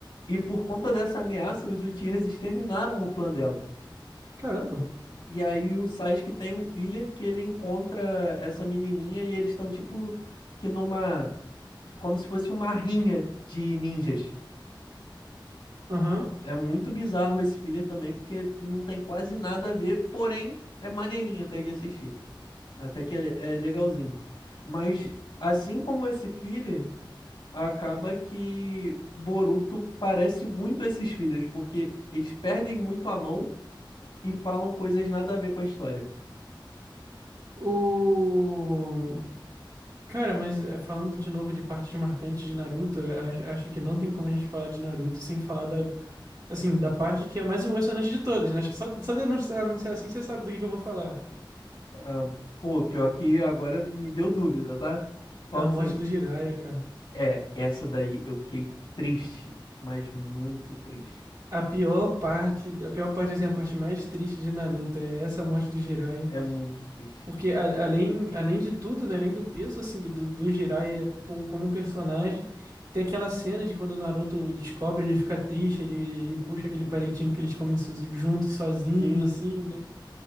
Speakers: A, on the left; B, on the right.
A: e por conta dessa ameaça, os Uchihas exterminaram o clã dela.
B: Caramba.
A: E aí o Sasuke tem um filler que ele encontra essa menininha e eles estão tipo que numa como se fosse uma rinha de ninjas.
B: Aham.
A: É muito bizarro esse filler também porque não tem quase nada a ver, porém é maneirinho até de assistir, até que é é legalzinho. Mas assim como esse filler, acaba que Boruto parece muito esses fillers porque eles perdem muito a mão e falam coisas nada a ver com a história.
B: O. Cara, mas é, falando de novo de partes marcantes de Naruto, é, acho, acho que não tem como a gente falar de Naruto sem falar da. Assim, da parte que é a mais emocionante de todas, né? Acho que só, só de eu anunciar anunciar assim você sabe do que que eu vou falar.
A: Ah, pô, pior que agora me deu dúvida, tá? Qual
B: A
A: que
B: morte
A: você.
B: do Jiraiya, cara.
A: É, essa daí eu fiquei triste, mas muito triste.
B: A pior parte, a pior parte, assim, a parte mais triste de Naruto é essa morte do Jiraiya.
A: É muito triste.
B: Porque a- além, além de tudo, né, além do peso assim do, do, do Jiraiya como, como um personagem, tem aquela cena de quando o Naruto descobre, ele fica triste, ele, ele puxa aquele palitinho que eles comem so- juntos, sozinho,
A: Sim,
B: assim, né?